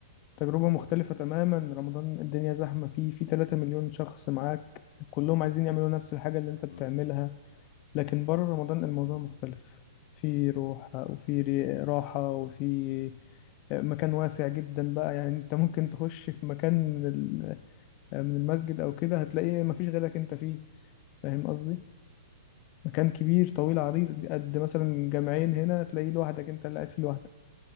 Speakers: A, on the left; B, on the left.
A: تجربة مختلفة تماما رمضان الدنيا زحمة فيه في 3 مليون شخص معاك كلهم عايزين يعملوا نفس الحاجة اللي أنت بتعملها
B: امم
A: لكن بره رمضان الموضوع
B: امم
A: مختلف في روح وفي ري- راحة وفي آه، مكان واسع جدا بقى يعني انت ممكن تخش في مكان من ال- آه، من المسجد او كده هتلاقي مفيش غيرك انت فيه فاهم قصدي مكان كبير طويل
B: الله
A: عريض قد مثلا جامعين هنا هتلاقيه لوحدك انت اللي قاعد فيه لوحدك